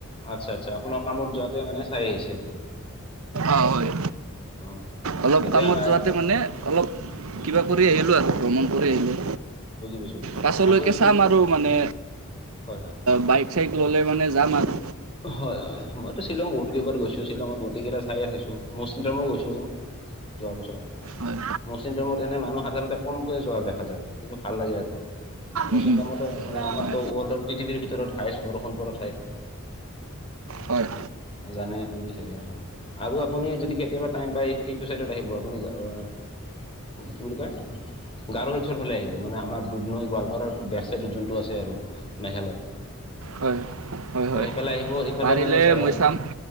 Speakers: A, on the left; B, on the right.
A: আচ্ছা, আচ্ছা, আপোনাৰ কামত যোৱাতে মানে চাই আহিছে। আপুনি
B: অ হয়,
A: অ
B: অলপ
A: এতিয়া
B: কামত
A: আহ,
B: যোৱাতে মানে। অলপ কিবা কৰি আহিলোঁ আৰু ভ্ৰমণ কৰি আহিলোঁ।
A: বুজি পাইছো
B: পাছলৈকে
A: আপুনি যদি
B: চাম আৰু মানে।
A: হয় হয়।
B: বাইক চাইক ল'লে মানে যাম আৰু।
A: হয়, মইতো শ্বিলং বহুত কেইবাৰ গৈছোঁ। শ্বিলঙত গতিকেইটা চাই, খাইছোঁ, মৌচিন্তামো গৈছোঁ। যোৱা বছৰ।
B: হয়।
A: মচিন টাইমত এনে মানুহ সাধাৰণতে কমকৈয়ে যোৱা দেখা যায়, কিন্তু ভাল লাগে আৰু। মৌচিন্দ্ৰামটো
B: উম,
A: মানে আমাৰটো
B: উম।
A: ৱৰ্ল্ডৰ পৃথিৱীৰ ভিতৰত হায়েষ্ট বৰষুণ পৰা ঠাই।
B: হয়।
A: জানেই আপুনি চাগে আৰু ন আৰু আপুনি যদি কেতিয়াবা টাইম পায় এইটো চাইডত আহিব আপুনি আহ কি বুলি কয় গাৰু হিলছৰ ফালে আহিব মানে আমাৰ দুধনৈ গোৱালপাৰাৰ বেক চাইডত যোনটো আছে আৰু মেঘালয়
B: হয় -হয়- হয়
A: ইফালে আহিব ইফালে
B: পাৰিলে
A: মানে জাগা
B: মই চাম